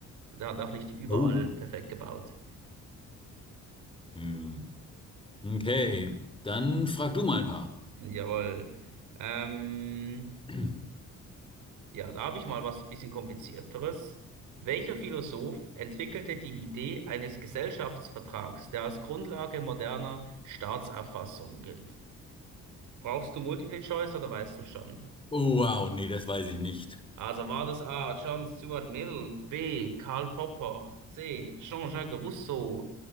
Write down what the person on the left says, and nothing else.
Oh.
Ja. Okay, dann frag du mal ein paar.
<clears throat>
Oh, wow, nee, das weiß ich nicht.